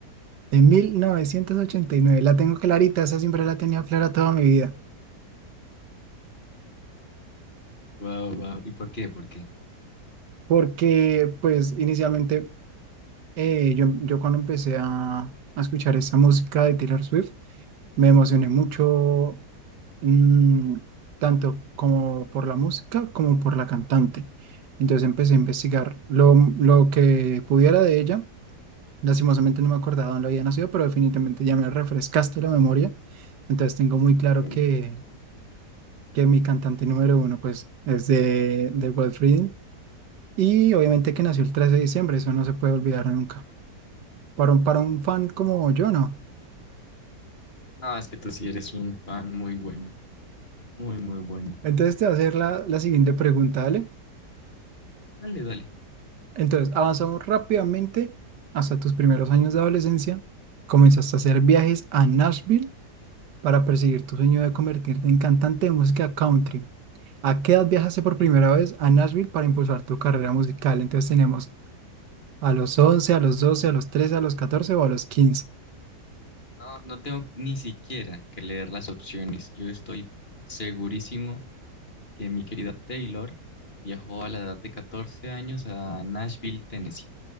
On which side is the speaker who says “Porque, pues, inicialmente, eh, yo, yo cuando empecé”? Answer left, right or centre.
Right